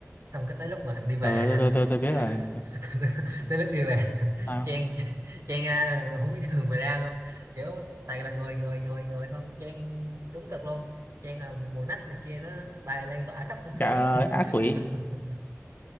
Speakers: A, on the right; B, on the left.
A: xong cái tới lúc mà đi về
B: Ừ
A: ha
B: tôi tôi tôi tôi biết rồi.
A: <laughs> tới lúc đi về
B: Sao?
A: chen chen ra không biết đường mà ra luôn kiểu toàn là người người người người không chen đúng cực luôn chen là mùi nách này kia nó bay lan tỏa khắp không
B: Dạ
A: khí
B: ờ,
A: <laughs>
B: ác quỷ.